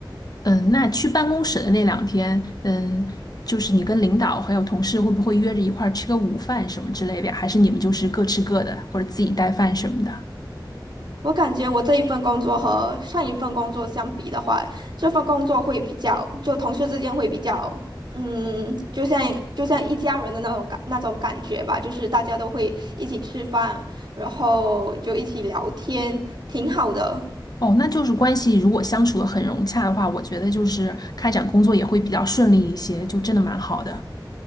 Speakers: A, on the left; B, on the right.
A: 嗯，那去办公室的那两天，嗯，就是你跟领导还有同事会不会约着一块儿吃个午饭什么之类的呀？还是你们就是各吃各的，或者自己带饭什么的？
B: 我感觉我这一份工作和上一份工作相比的话，这份工作会比较，就同事之间会比较，嗯，就像就像一家人的那种感那种感觉吧，就是大家都会一起吃饭，然后就一起聊天，挺好的。
A: 哦，那就是关系如果相处的很融洽的话，我觉得就是开展工作也会比较顺利一些，就真的蛮好的。